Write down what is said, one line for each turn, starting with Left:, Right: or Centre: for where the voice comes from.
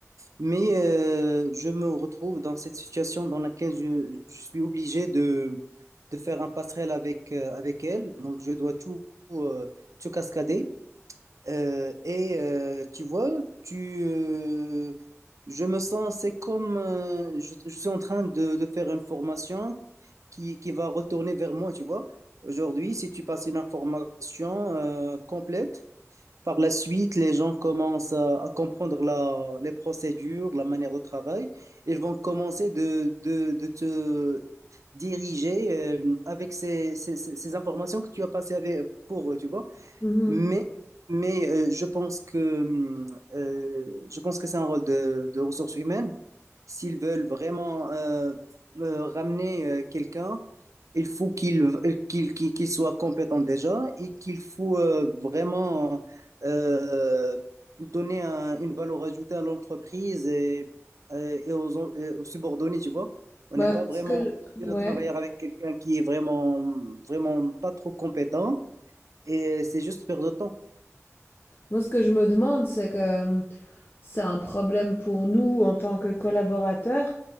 Right: Mais euh, je me retrouve dans cette situation dans laquelle je, je suis obligé de, de faire un passerelle avec, euh, avec elle. Donc je dois tout, euh, tout cascader. Euh, et euh, tu vois, tu, euh, je me sens, c'est comme euh, je, je suis en train de, de faire une formation qui, qui va retourner vers moi, tu vois. Aujourd'hui, si tu passes une information euh, complète, par la suite, les gens commencent à, à comprendre la- les procédures, la manière de travail. Ils vont commencer de, de, de te diriger euh, avec ces, ces, ces- ces informations que tu as passées avec, pour eux, tu vois.
Left: Mhm.
Right: Mais, mais euh, je pense que, hum, euh, je pense que c'est un rôle de, de ressources humaines. S'ils veulent vraiment euh, euh, ramener euh, quelqu'un, il faut qu'il qu'il qu'il qu'il soit compétent déjà et qu'il faut euh, vraiment euh, donner un- une valeur ajoutée à l'entreprise et, euh, et aux, en- et aux subordonnés, tu vois. On
Left: Bah,
Right: n'est pas vraiment
Left: ce que je-
Right: obligé
Left: ouais.
Right: de travailler avec quelqu'un qui est vraiment, vraiment pas trop compétent et c'est juste perdre de temps.
Left: Moi, ce que je me demande, c'est que euh, c'est un problème pour nous en tant que collaborateurs,